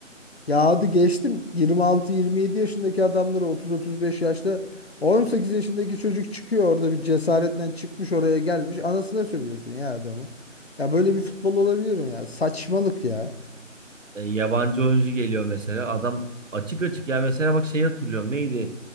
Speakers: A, on the left (about 50°); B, on the right (about 75°).
A: Ya hadi geçtim. Yirmi altı yirmi yedi yaşındaki adamları otuz otuz beş yaşta 18 yaşındaki çocuk çıkıyor orada bir cesaretle çıkmış oraya gelmiş. Anasına sövüyorsun ya adamı. Ya böyle bir futbol olabilir mi ya? Saçmalık ya.
B: E, yabancı oyuncu geliyor mesela. Adam açık açık ya mesela bak şeyi hatırlıyorum neydi?